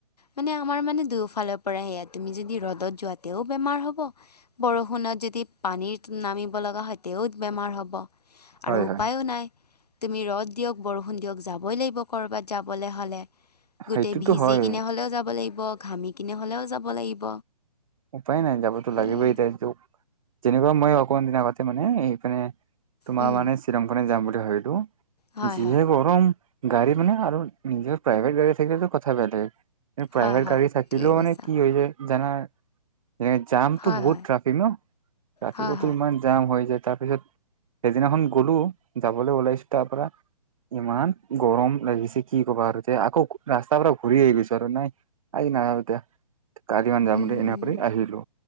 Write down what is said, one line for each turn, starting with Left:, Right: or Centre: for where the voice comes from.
Left: মানে আমাৰ মানে দুয়োফালৰ পৰা সেয়া তুমি যদি ৰ'দত যোৱাতেও বেমাৰ হব বৰষুণত। যদি পানীত নামিব লগা হয় তেওত বেমাৰ হ'ব
Right: হয়
Left: আৰু উপায়ো
Right: হয়
Left: নাই। তুমি ৰ'দ দিয়ক, বৰষুণ দিয়ক, যাবই লাগিব কৰবাত যাবলে হ'লে গোটেই
Right: সেইটোতো
Left: ভিজি
Right: হয়
Left: কিনে হ'লেও যাব লাগিব, ঘামি কিনে হ'লেও যাব লাগিব।
Right: উপায় নাই যাবতো
Left: সেয়াই
Right: লাগিব এতিয়া যেনেকুৱা মই অকমান দিন আগতে মানে এই মানে তোমাৰ
Left: উম
Right: মানে শ্বিলং ফালে যাম বুলি ভাবিলো
Left: হয়
Right: যিহে
Left: হয়
Right: গৰম গাড়ী মানে আৰু নিজৰ প্ৰাইভেট গাড়ী থাকিলেটো কথা বেলেগ প্ৰাইভেট
Left: হয় হয়
Right: গাড়ী থাকিলেও
Left: ঠিকে কৈছা
Right: মানে কি হৈ যায় জানা সে জামটো
Left: হয়
Right: বহুত
Left: হয়
Right: ট্ৰাফিক ন' ট্ৰাফিকতো
Left: হয় হয়
Right: ইমান জাম হৈ যায় তাৰপিছত সেইদিনাখন গলো, যাবলৈ ওলাইছো তাৰ পৰা ইমান গৰম লাগিছে কি কবা আৰু যে আকৌ ৰাস্তাৰ পৰা ঘূৰি আহিছো আৰু নাই আজি নাই আৰু দে। কালি মান যাম
Left: উম
Right: বুলি এনে কৰি আহিলো,